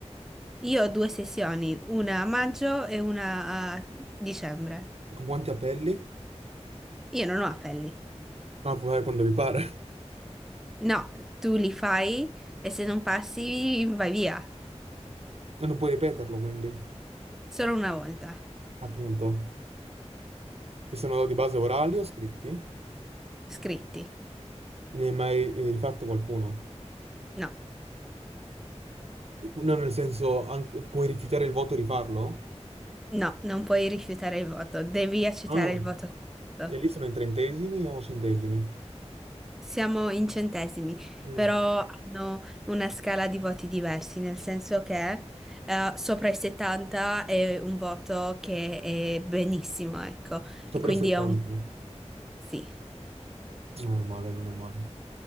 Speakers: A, in the centre; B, on the right.
A: Io ho due sessioni, una a maggio e una a dicembre.
B: Con quanti appelli?
A: Io non ho appelli.
B: Ah, puoi fare quando ti pare.
A: No, tu li fai e se non passi vai via.
B: E non puoi ripeterlo, quindi,
A: Solo una volta.
B: appunto. Che sono di base orali o scritti?
A: Scritti.
B: Ne hai mai eh, rifatto qualcuno?
A: No,
B: No, nel senso, anche- puoi rifiutare il voto e rifarlo?
A: no, non puoi rifiutare il voto. Devi accettare
B: Ah,
A: il voto che hai
B: e
A: fatto.
B: lì sono in trentesimi o centesimi?
A: Siamo in centesimi,
B: Mm,
A: però hanno una scala di voti diversi, nel senso che eh, sopra i 70 è un voto che è benissimo, ecco.
B: Sopra
A: E quindi
B: 70.
A: è un sì.
B: Non è male, non è male.